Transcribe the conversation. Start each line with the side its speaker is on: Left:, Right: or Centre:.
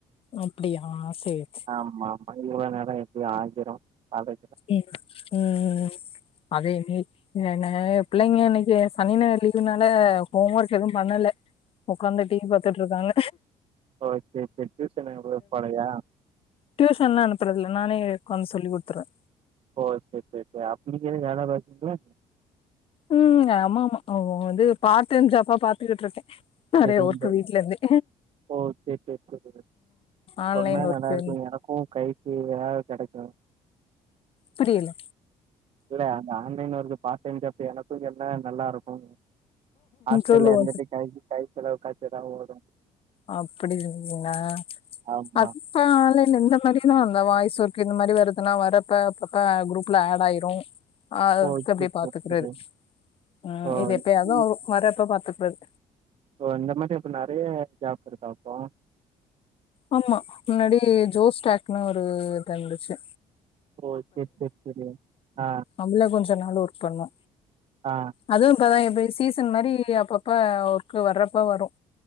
Left: அப்டியா சேரி சு
Right: ஆமா ஆமா இவ்வளோ நேர எப்டியோ ஆகிரோ காலே
Left: ம் ம் ம் ம் அதே நீ என பிள்ளைங்க இன்னைக்கு சனி ஞாயிறு லீவுனால ஹோம் ஒர்க் எது பண்ணல ஒக்காந்து டீவி பாத்துட்ருக்காங்க
Right: ஓகே ஓகே ஓகே டியூஷன் எங்கயு போலையா
Left: ட்யூஷன்லா அனுப்றதுல நானே உக்காந்து சொல்லி குடுத்துறுவே
Right: ஓ சேரி சேரிக்கா அப்போ நீங்க எது வேல்ல பாத்திங்கனா
Left: ம் ஆமா ஆமா அவோ வந்து பார் டைம் ஜப்பா பாத்துக்கிட்ருக்கே நெறைய
Right: செகண்ட்
Left: ஒர்க்
Right: டே.
Left: வீட்ல இருந்தே
Right: ஓ சேரி சேரி சேரி
Left: ஆன்லைன்
Right: சொன்னா
Left: ஒர்க்கு
Right: நல்லா இருக்கு எனக்கு கை க்கு எதாவு கெடைக்கு
Left: புரியல
Right: இல்ல அந்த online work part time job எனக்கு சொன்னா நல்லா இருக்கு ஹஸ்டல்ல
Left: சொல்லுவோ
Right: இருந்துட்டு கை கை செலவு காச்சு எதா ஒதவு
Left: அப்டி இருந்திங்லா
Right: ஆமா.
Left: அ ப்ப ஆன்லைன்ல இந்த மாரிதா இந்த வாய்ஸ் ஒர்க இந்த மாரி வருதுன்னா வரப்ப அப்பப்ப குரூப்ல ஆட் ஆய்ரு அ அது
Right: ஓ!
Left: எடுத்து அப்டியே
Right: சரி,
Left: பாத்துக்றது
Right: சரி, சரி.
Left: ம்
Right: ஓ!
Left: இது எப்பயாது தா
Right: ம்.
Left: வரு வரப்ப பாத்துக்குறது
Right: ஓ இந்த மாரி அப்ப நெறைய ஜாப் இருக்கா அப்போ
Left: ஆமா முன்னாடி ஜோஸ் டாக்குனு ஒரு இதுல இருந்துச்சு
Right: ஓ சே சே சேரி ஆ
Left: அதுல கொஞ்ச நாள் ஒர்க் பண்ணோ
Right: ஆ
Left: அதுவு இப்பாதா இப்டி சீசன் மாரி அப்பப்ப ஒர்க்கு வர்றப்ப வரு